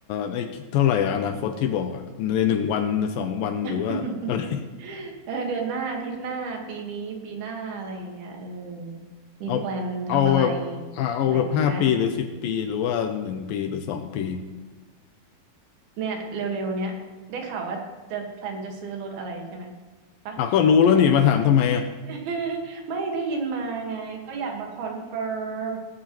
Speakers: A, on the left; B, on the right.
A: ในเท่าไหร่อะอนาคตที่บอกอะในหนึ่งวัน สองวัน หรือว่าอะไร
B: <laughs>
A: <laughs>
B: เออเดือนหน้าอาทิตย์หน้าปีนี้ปีหน้าอะไรอย่างเงี้ยเออมีแพลนทำอะไร
A: เอาเอาแบบอ่ะเอาแบบห้าปีหรือสิบปีหรือว่าหนึ่งปีหรือสองปี
B: อะไรอย่างงี้ไหมเนี่ยเร็วๆเนี้ยได้ข่าวว่าจะแพลนจะซื้อรถอะไรใช่ไหมปะใช่
A: อ่ะก็รู้แล้วนี่มาถามทำไมอะ
B: <laughs> ไม่ได้ยินมาไงก็อยากมาคอนเฟิร์ม